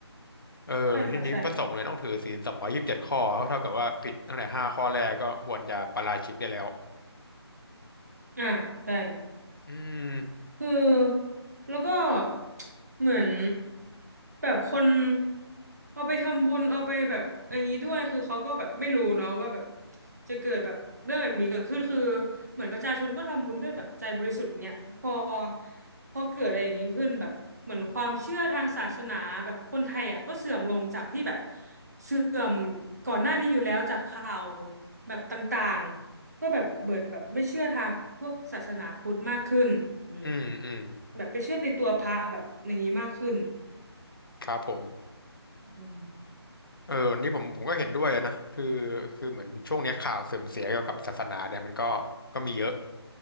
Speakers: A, on the left; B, on the right.
A: เออทีนี้พระสงฆ์เนี่ยต้องถือศีลสองร้อยยี่สิบเจ็ดข้อก็เท่ากับว่าผิดตั้งแต่ห้าข้อแรกก็ควรจะปาราชิกได้แล้ว
B: ใช่ค่ะใช่อ่าใช่
A: อืม
B: คือแล้วก็เหมือนแบบคนเอาไปทำบุญเอาไปแบบอย่างนี้ด้วยคือเขาก็แบบไม่รู้เนาะว่าแบบจะเกิดแบบเรื่องแบบนี้เกิดขึ้นคือเหมือนประชาชนก็ทำบุญด้วยแบบใจบริสุทธิ์เนี่ยพอพอเกิดอะไรอย่างนี้ขึ้นแบบเหมือนความเชื่อทางศาสนาแบบคนไทยอ่ะก็เสื่อมลงจากที่แบบเสื่อมก่อนหน้านี้อยู่แล้วจากข่าวแบบต่างๆ ก็แบบเบิดแบบไม่เชื่อทางพวกศาสนาพุทธมากขึ้นอืม
A: อืมอืม
B: แบบไปเชื่อในตัวพระแบบอย่างนี้มากขึ้น
A: ครับผม
B: อืม
A: เออวันนี้ผมผมก็เห็นด้วยนะคือคือเหมือนช่วงเนี้ยข่าวเสื่อมเสียเกี่ยวกับศาสนาเนี่ยมันก็ก็มีเยอะ